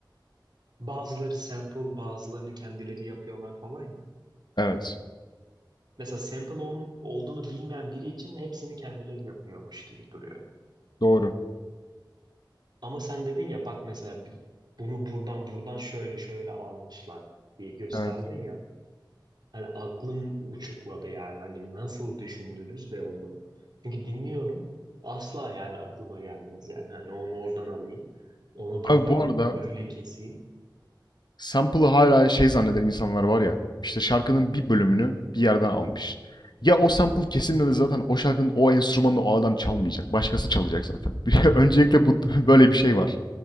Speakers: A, on the right; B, on the left.
A: Bazıları sample, bazılarını kendileri yapıyorlar falan ya.
B: Evet.
A: Mesela sample ol- olduğunu bilmeyen biri için hepsini kendileri yapıyormuş gibi duruyor.
B: Doğru.
A: Ama sen dedin ya bak mesela bi- bunu buradan buradan şöyle şöyle almışlar diye gösterdin
B: Evet.
A: ya. Hani aklım uçukladı yani hani nasıl düşündünüz de onu. Çünkü dinliyorum asla yani aklıma gelmez yani. Hani onu oradan alayım, onu buradan
B: Abi bu
A: alayım,
B: arada
A: böyle keseyim.
B: Sample'ı hala şey zanneden insanlar var ya, işte şarkının bir bölümünü bir yerden almış. Ya o sample kesilmedi zaten o şarkının o enstrümanını o adam çalmayacak. Başkası çalacak zaten. <laughs> Öncelikle bu böyle bir şey var.